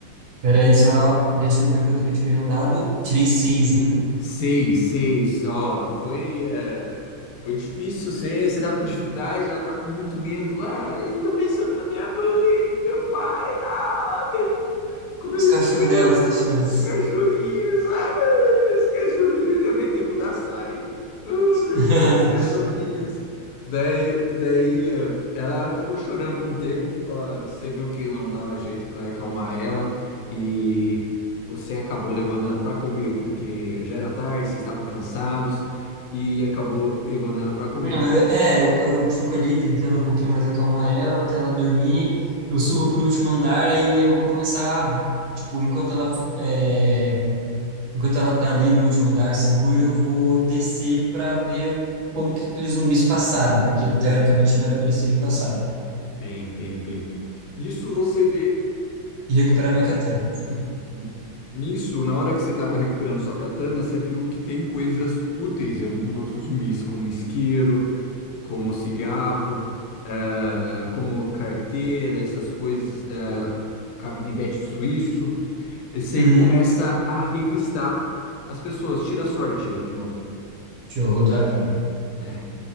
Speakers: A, on the right; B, on the left.
A: Peraí, só. Deixa eu ver quanto que eu tirei no dado. Tirei seis, hein?
B: Seis, seis. Ó, foi, é, foi difícil. Você, você tá com dificuldade, ela tá com muito medo. Ai, eu tô pensando na minha mãe, meu pai. Ah, Como
A: Os
B: eles
A: cachorros
B: estão?
A: dela, os cachorros.
B: Os cachorrinhos. Ai, meus cachorrinhos. Já meti com o da Sai. Ah, eu
A: <laughs>
B: quero ver os cachorrinhos. Daí, daí eh, ela ficou chorando por um tempo. fa- Você viu que não dava jeito para acalmar ela. E você acabou levando ela para comer, porque já era tarde, vocês estavam cansados. E acabou levando ela para comer.
A: Não, eu- É, eu, co- eu fico ali tentando um pouquinho mais acalmar ela até ela dormir. Eu subo pro último andar aí eu vou começar, tipo, enquanto ela, f- é, enquanto ela tá ali no último andar segura, eu vou descer para ver o- como que aqueles zumbis passaram, porque teoricamente não era para eles terem passado.
B: Bem, bem, bem. Isso você vê.
A: E recuperar minha catena, óbvio.
B: Uhum. Nisso, na hora que você estava recuperando sua katana, você viu que tem coisas úteis ali nos outros zumbis, como isqueiro, como cigarro, eh, como carteira, essas coisas, eh, canivete suíço. E você
A: Uhum,
B: começa a revistar as pessoas. Tira a sorte aí de novo.
A: deixa eu
B: Roda
A: rodar.
B: o dadinho. É,